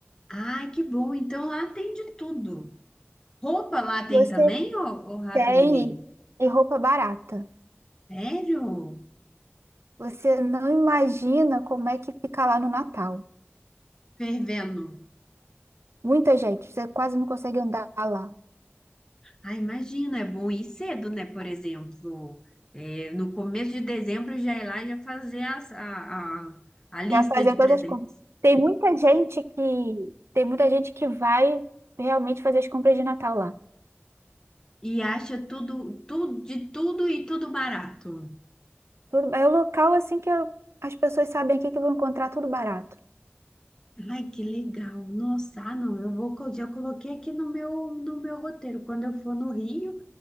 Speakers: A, on the left; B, on the right.
A: Ai, que bom, então lá tem de tudo. Roupa lá tem
B: Você
A: também, ô, ô Ravine?
B: tem e roupa barata.
A: Sério?
B: Você não imagina como é que fica lá no Natal.
A: Fervendo.
B: Muita gente, você quase não consegue andar lá.
A: Ah, imagina, é bom ir cedo, né? Por exemplo, é, no começo de dezembro já ir lá e já fazer as- a, a, a lista
B: Vai fazer
A: de presentes.
B: todas as compras. Tem muita gente que tem muita gente que vai realmente fazer as compras de Natal lá.
A: E acha tudo, tudo, de tudo e tudo barato.
B: Tudo, é o local assim que eu- as pessoas sabem aqui que vão encontrar tudo barato.
A: Ai, que legal. Nossa, ah, não, eu vou, co- já coloquei aqui no meu, no meu roteiro. Quando eu for no Rio,